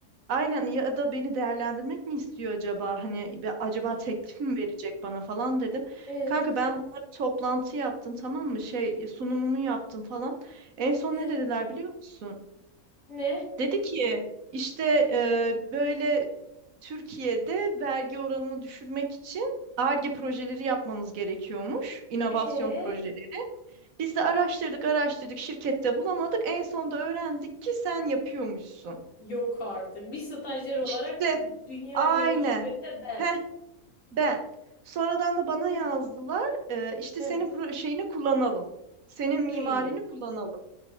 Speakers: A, on the right; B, on the left.
A: aynen ya da beni değerlendirmek mi istiyor acaba? Hani be- acaba
B: He,
A: teklif mi verecek bana falan dedim.
B: evet.
A: Kanka ben bunları toplantı yaptım tamam mı? Şey sunumumu yaptım falan. En son
B: He,
A: ne dediler biliyor musun?
B: Ne?
A: Dedi ki işte e, böyle Türkiye'de vergi oranını düşürmek için Ar-Ge projeleri yapmamız gerekiyormuş, inovasyon
B: Ee
A: projeleri. Biz de araştırdık, araştırdık, şirkette bulamadık. En sonunda öğrendik ki sen yapıyormuşsun.
B: yok artık. Bir stajyer olarak
A: İşte
B: dünyaca
A: aynen.
B: ünlü şirkette ben.
A: Heh, ben. Sonradan da bana yazdılar. e, işte
B: he.
A: senin pro- şeyini kullanalım. Senin
B: Uy.
A: mimarini kullanalım.